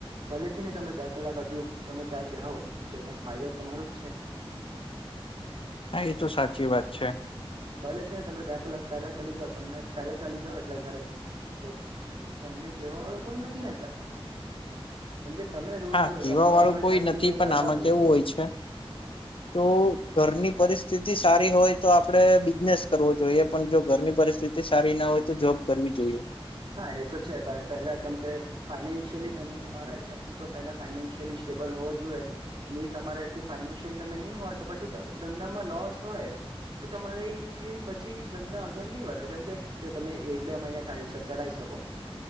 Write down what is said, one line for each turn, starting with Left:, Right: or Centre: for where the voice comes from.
Right: ભલે ને તમે બે કલાક હજુ તમે ત્યાં બેહો તો એમાં ફાયદો તમારો જ છે
Left: હા એ તો સાચી વાત છે
Right: ભલે છે ને તમે બે કલાક પહેલા ચાલી જાઓ તમને પેહેલા ચાલી જાઓ એટલે ઘરે તો તમને કેવા વાળો કોઈ નથી ને ત્યાં
Left: <inaudible>
Right: કેમકે તમે રૂલ
Left: હા
Right: કરો
Left: કીવા
Right: તમારા
Left: વાળું કોઈ
Right: હિસાબથી
Left: નથી
Right: એ ચાલવાનું
Left: પણ આમાં કેવું હોય છે તો ઘરની પરિસ્થિતિ સારી હોય તો આપણેે બિઝનેસ કરવો જોઈએ પણ જો ઘરની પરિસ્થિતિ સારી ના હોય તો જોબ કરવી જોઈએ
Right: હા એ તો છે ભાઈ પેલા કેમ કે ફ રા હસાબથી પલા ફલી સેબલ હોવો જોઈએ તમાથી ફય ન હોય તો પછી ધંધામાં લોસ હોય તો તમારી થી પછી ધંધા આગળ નહીં વધે કેમ કે તો તમે એક બે મહિનાાલી ચલાવી શકો